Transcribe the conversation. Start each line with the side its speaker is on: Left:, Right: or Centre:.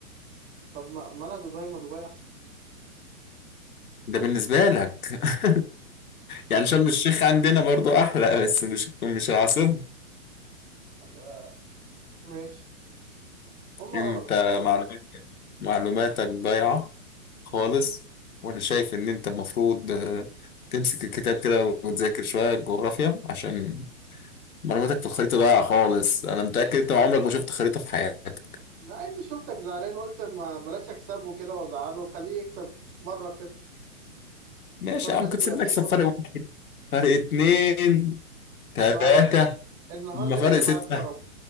Right: طب ما مالها دبي ما دبي احسن
Left: ده بالنسبة لك <laughs> يعني شرم الشيخ عندنا برضو أحلى بس مش مش العاصمة
Right: طب آه، ماشي هم
Left: أنت
Right: غلط هم غلط
Left: معلومات- معلوماتك ضايعة خالص وأنا شايف إن أنت المفروض آه، تمسك الكتاب كده وتذاكر شوية جغرافيا عشان معلوماتك في الخريطة ضايعة خالص أنا متأكد أنت عمرك ما شفت خريطة في حياتك
Right: لا انت شفتك زعلان قلت ما بلاش اكسبه كده وازعله خليه يكسب مرة كده
Left: ماشي
Right: برضه
Left: يا عم
Right: لازم
Left: كنت
Right: يبقى
Left: سيبني
Right: فيه
Left: أكسب
Right: فرصة
Left: فرق واحد فرق اتنين تلاتة
Right: ما النهارده
Left: ما فرق
Right: جايه معايا
Left: ستة
Right: بكرم